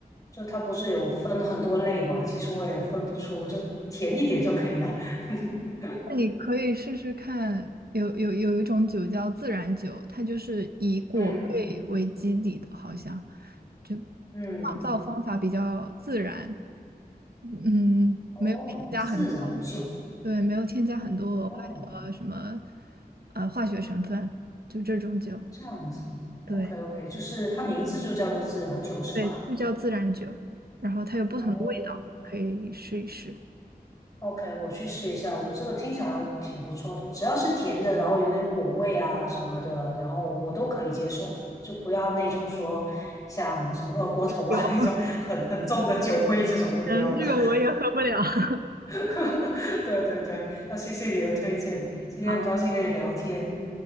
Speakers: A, on the left; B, on the right.
A: 就它不是有分很多类嘛，其实我也分不出，我就甜一点就可以了。<laughs>
B: 那你可以试试看，有有有一种酒叫自然酒，它就是以果味为基底的，
A: 嗯
B: 好像就酿
A: 嗯，
B: 造方法比较自然，嗯，
A: 哦，
B: 没有添加很多，
A: 自然酒，
B: 对，没有添加很多额外的什么
A: 哦，
B: 呃化学成分，就这种酒，
A: 这样子，OK
B: 对
A: OK，就是它名字就叫做自然酒是吧？
B: 对，就叫自然酒，然后它有不同的味，
A: 哦，
B: 可以试一试。
A: OK，我去试一下，我这个听起来还挺不错的，只要是甜的，然后有点果味啊什么的，然后我都可以接受的，就不要那种说像什么二锅头啊
B: 有，
A: <laughs> 那种很很重的酒味这种就不要了。
B: 嗯，这个我也喝不了。<laughs>
A: <laughs> 对对对，那谢谢你的推荐，今天很高兴跟你聊天。
B: 好，